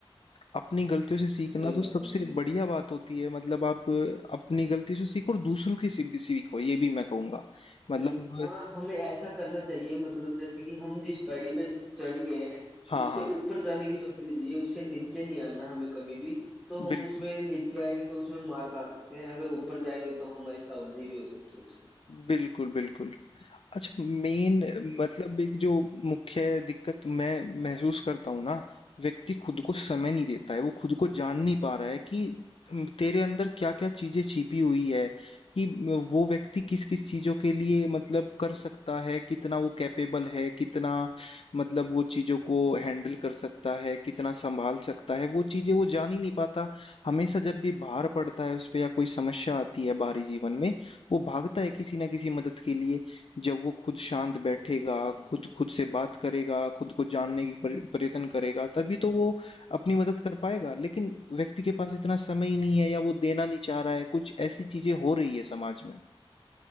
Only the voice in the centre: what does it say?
सही
बात
है भाई बिल्कुल
बिल्कुल हाँ हमें ऐसा करना चाहिए मतलब जैसे कि हम जिस पैड़ी पे चढ़ गए हैं
उससे
ऊपर जाने की सोचनी चाहिए उससे नीचे नहीं आना हमें कभी भी तो हम
उसमें नीचे आएंगे तो उसमें मार खा सकते हैं अगर ऊपर जाएंगे तो हमारी शाबाशी भी हो सकती है उसमें
बिल्कुल